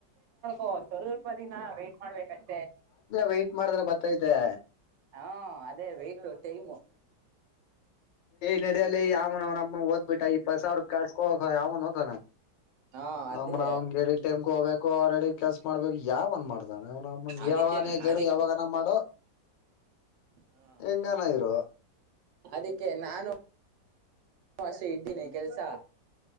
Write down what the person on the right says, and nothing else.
ಓ ಸ್ವಲ್ಪ ದಿನ ವೇಟಟ್ ಮಾಡ್ಬೇಕತು
ಹಾ ಅದೇ ವೈಟು ಟೈಮು
ಹಾ
ಅದೇ
ಅದಕ್ಕೆ
ಅದಿ
ಹಾ
ಅದಕ್ಕೆ ನಾನು. ಹ ಅಷ್ಟೆ ಇದ್ದೀನಿ ಕೆಲ್ಸ